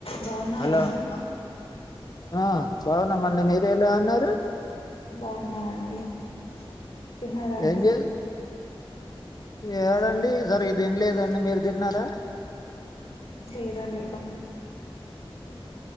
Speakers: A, on the left; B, on the left.
A: బాగున్నారా
B: హలో
A: అండి
B: ఆ బాగున్నామండి మీరు ఎలా ఉన్నారు?
A: బాగున్నామండి <unintelligible> తిన్నారా అండి
B: ఏం చే ఏడండి ఈసారి తిన్లేదండి మీరు తిన్నారా
A: లేదండి